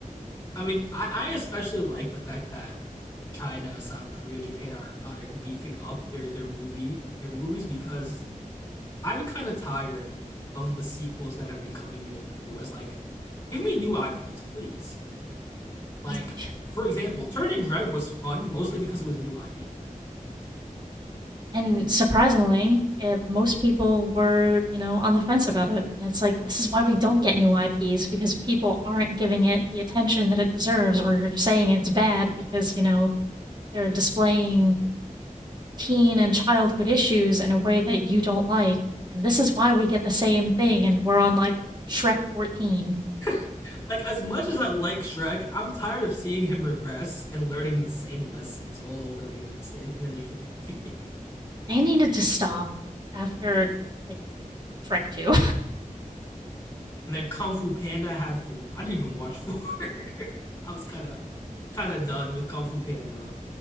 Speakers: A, on the left; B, on the right.
A: I mean, I, I especially like the fact that China, South Korea, Japan are, are beefing up their their movie their movies because I'm kind of tired of the sequels that have been coming in the West. Like, give me new IPs, please. Like,
B: <laughs>
A: for example, Turning Red was fun mostly because it was a new IP.
B: And surprisingly, eh, most people were, you know, on the fence about it. And it's like, this is why we don't get new IPs because people aren't giving it the attention that it deserves, or you're saying it's bad because, you know, they're displaying teen and childhood issues in a way that you don't like, and this is why we get the same thing, and we're on like Shrek 14.
A: <laughs> like, as much as I like Shrek, I'm tired of seeing him regress and learning the same lessons all over again in, the same, in a different movie. <laughs>
B: They needed to stop after like Shrek 2.
A: and then Kung Fu Panda had four. I didn't even watch four. <laughs> I was kind of kind of done with Kung Fu Panda.